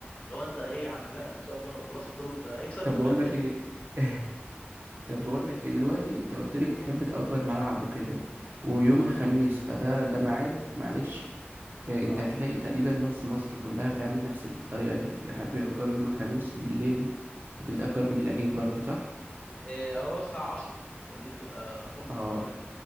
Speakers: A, on the left (about 30°); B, on the right (about 50°).
A: لو انت ايه يا عم لا ما شاء الله خلاص قلت له انت اكسب
B: طب
A: وخلاص
B: بقول لك ايه <laughs> طب
A: <laughs> مم.
B: بقول لك ايه دلوقتي انت قلت لي بتحب تأجر ملعب وكده ويوم
A: اه
B: الخميس فده ده ميعاد معلش إيه، انت
A: اه
B: هتلاقي تقريبا نص مصر كلها بتعمل نفس الطريقة دي بيحبوا يأجروا يوم الخميس بالليل انت بتأجر بالليل اكيد برضو صح
A: إيه، اه الساعه 10 ده دي بتبقى قمه
B: اه
A: في الجمدان